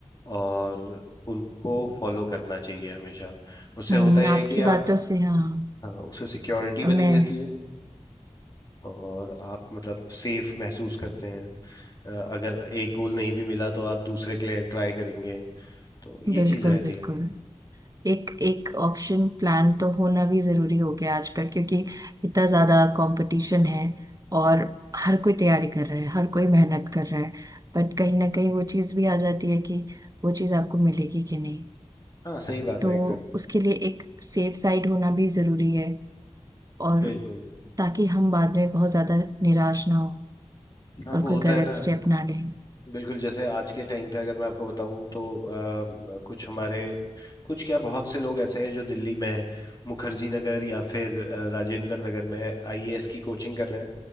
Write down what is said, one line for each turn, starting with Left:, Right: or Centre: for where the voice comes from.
Left: और उनको फॉलो करना चाहिए हमेशा उससे
Right: हम्म
Left: होता यह
Right: आपकी
Left: है कि
Right: बातों
Left: आप
Right: से हाँ
Left: हाँ उससे सिक्योरिटी बनी
Right: मैं
Left: रहती है और आप मतलब सेफ महसूस करते हैं अ, अगर एक गोल नहीं भी मिला तो आप दूसरे के लिए ट्राई करेंगे तो ये
Right: बिल्कुल
Left: चीज रहती
Right: बिल्कुल
Left: है
Right: एक एक ऑप्शन प्लान तो होना भी जरूरी हो गया आजकल क्योंकि इतना ज्यादा कंपटीशन है और हर कोई तैयारी कर रहा है हर कोई मेहनत कर रहा है बट कहीं ना कहीं वो चीज़ भी आ जाती है कि वो चीज़ आपको मिलेगी कि नहीं
Left: हाँ सही बात
Right: तो
Left: है एकदम
Right: उसके लिए एक सेफ साइड होना भी जरूरी है और
Left: बिल्कुल
Right: ताकि हम बाद में बहुत ज्यादा निराश ना हो
Left: हाँ
Right: और
Left: वो
Right: कोई
Left: होता
Right: गलत
Left: है ना
Right: स्टेप ना लें
Left: बिल्कुल जैसे आज के टाइम पे अगर मैं आपको बताऊं तो अ, कुछ हमारे कुछ क्या बहुत से लोग ऐसे हैं जो दिल्ली में हैं, मुखर्जी नगर या फिर अ, राजेंद्र नगर में आईएएस की कोचिंग कर रहे हैं